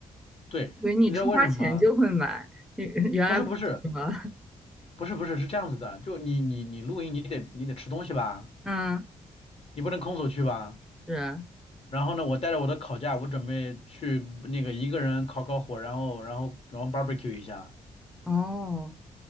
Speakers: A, on the left (about 45°); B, in the centre.
A: 对，
B: 所以为你出发前就会买，
A: 你知道为什么吗？
B: 原原来不是吗？
A: 不是不是
B: <laughs>
A: 不是不是是这样子的，就你你你露营你得你得吃东西吧，
B: 嗯，
A: 你不能空手去吧。
B: 是啊，
A: 然后呢，我带着我的烤架，我准备去那个一个人烤烤火，然后然后然后 barbecue 一下。
B: 哦，